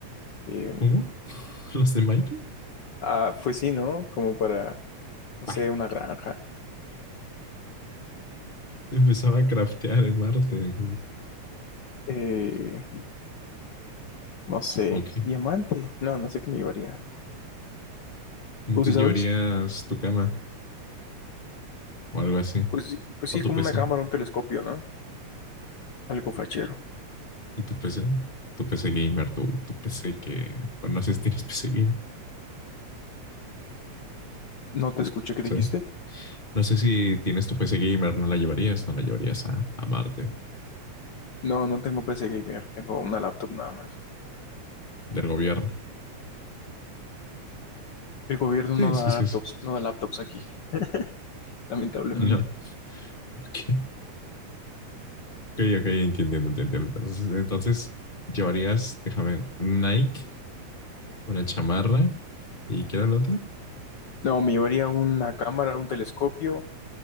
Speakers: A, on the left; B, on the left.
A: Eh,
B: ¿cómo? <laughs> ¿Los de Minecraft?
A: ah, pues sí, ¿no? Como para, no sé,
B: Ah,
A: una granja.
B: Empezaba a craftear en Marte.
A: Eh, no sé,
B: Ok.
A: diamante. No, no sé qué me llevaría.
B: ¿No
A: ¿Tú
B: te
A: sí sabes?
B: llevarías tu cama o algo así?
A: Pues, sí- pues
B: ¿O
A: sí,
B: tu
A: como
B: PC?
A: una cámara, un telescopio, ¿no? Algo fachero.
B: ¿Y tu PC? Tu PC gamer, tu, tu PC que... Bueno, no sé si tienes PC gamer.
A: No te escuché,
B: No
A: ¿qué dijiste?
B: sé. No sé si tienes tu PC gamer, no la llevarías, no la llevarías a, a Marte
A: No, no tengo PC gamer, tengo una laptop nada más.
B: del gobierno.
A: El gobierno
B: Sí,
A: no
B: sí,
A: da
B: sí.
A: laptops,
B: sí.
A: no da laptops aquí, <laughs> lamentablemente.
B: Ah, No, ok, ok, ok, entiendo, entiendo. Entonces, entonces, llevarías, déjame, Nike, una chamarra y ¿qué era la otra?
A: No, me llevaría una cámara, un telescopio,